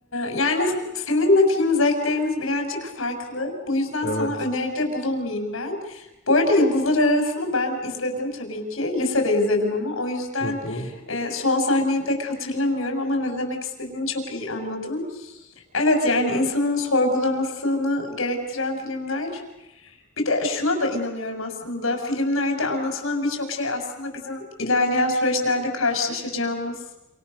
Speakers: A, on the left; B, on the left.
A: yani seninle film zevklerimiz birazcık farklı. Bu yüzden
B: Evet.
A: sana öneride bulunmayayım ben. Bu arada Yıldızlar Arası'nı ben izledim tabii ki. Lisede izledim ama. O yüzden
B: Hı hı.
A: e, son sahneyi pek hatırlamıyorum ama ne demek istediğini çok iyi anladım. Evet yani insanın sorgulamasını gerektiren filmler. Bir de şuna da inanıyorum aslında. Filmlerde anlatılan birçok şey aslında bizim ilerleyen süreçlerde karşılaşacağımız